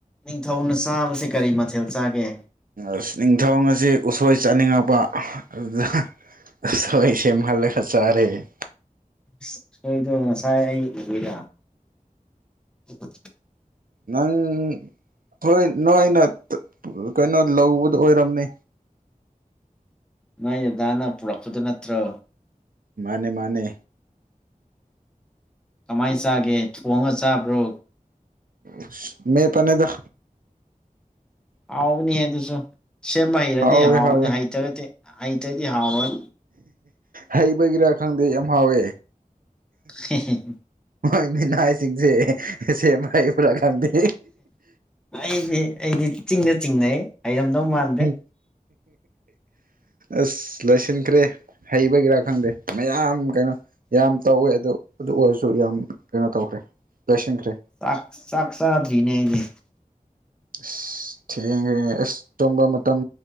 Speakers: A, in the centre; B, on the right.
A: ꯅꯤꯡꯊꯧꯅ ꯆꯥꯕꯁꯤ ꯀꯔꯤ ꯃꯊꯦꯜ ꯆꯥꯒꯦ
B: ꯑꯁ‌ ꯅꯤꯡꯊꯧ ꯉꯁꯤ ꯎꯁꯣꯏ ꯆꯥꯅꯤꯡꯉꯛꯄ ꯑꯗꯨꯗ ꯎꯁꯣꯏ ꯁꯦꯝꯍꯜꯂꯒ ꯆꯥꯔꯦ
A: ꯎꯁꯣꯏꯗꯣ ꯉꯁꯥꯏ ꯑꯩ ꯎꯏꯗꯥ <inaudible>
B: ꯅꯪ ꯈꯣꯏ ꯅꯣꯏꯅ <unintelligible> ꯀꯩꯅꯣ ꯂꯧꯕꯗꯣ ꯑꯣꯏꯔꯝꯃꯦ
A: ꯅꯣꯏ ꯗꯥꯅ ꯄꯨꯔꯛꯄꯗꯨ ꯅꯠꯇ꯭ꯔꯣ?
B: ꯃꯥꯅꯦ ꯃꯥꯅꯦ
A: ꯀꯃꯥꯏ ꯆꯥꯒꯦ ꯊꯣꯡꯉ ꯆꯥꯕ꯭ꯔꯣ
B: ꯎꯁ ꯃꯦꯠꯄꯅꯤꯗꯥ
A: ꯍꯥꯎꯕꯅꯤꯍꯦ ꯑꯗꯨꯁꯨ ꯁꯦꯝꯕ ꯍꯩꯔꯗꯤ
B: ꯍꯥꯎꯋꯦ
A: ꯍꯥꯎꯕꯅꯤ
B: ꯍꯥꯎꯋꯦ
A: ꯍꯩꯇꯒꯗꯤ ꯍꯩꯇꫪꯗꯤ ꯍꯥꯎꯔꯣꯏ
B: ꯍꯩꯕꯒꯤꯔꯥ ꯈꯪꯗꯦ ꯌꯥꯝ ꯍꯥꯎꯋꯦ
A: <unintelligible>
B: ꯃꯣꯏ ꯃꯤꯅꯥꯏꯁꯤꯡꯁꯤ ꯁꯦꯝꯕ ꯍꯩꯕꯔꯥ ꯈꯪꯗꯤ
A: ꯑꯩꯗꯤ ꯑꯩꯗꯤ ꯏꯆꯤꯡꯗ ꯆꯤꯡꯅꯩ ꯍꯩꯔꯝꯗꯧ ꯃꯥꯟ
B: ꯎꯝ ꯑꯁ ꯂꯣꯏꯁꯤꯟꯈ꯭ꯔꯦ ꯍꯩꯕꯒꯤꯔꯥ ꯈꯪꯗꯦ ꯃꯌꯥꯝ ꯀꯩꯅꯣ ꯌꯥꯝ ꯇꯧꯋꯦ ꯑꯗꯣ ꯑꯗꯨ ꯑꯣꯏꯔꯁꯨ ꯌꯥꯝ ꯀꯩꯅꯣ ꯇꯧꯈ꯭ꯔꯦ ꯂꯣꯏꯁꯤꯟꯈ꯭ꯔꯦ꯫
A: ꯇꯥꯛ ꯆꯥꯛ ꯆꯥꯗꯔ꯭ꯤꯅꯦ ꯑꯩꯗꯤ꯫
B: ꯑꯁ ꯊꯦꯡꯈꯔꯅꯦꯉꯦ ꯑꯁ ꯇꯨꯝꯕ ꯃꯇꯝ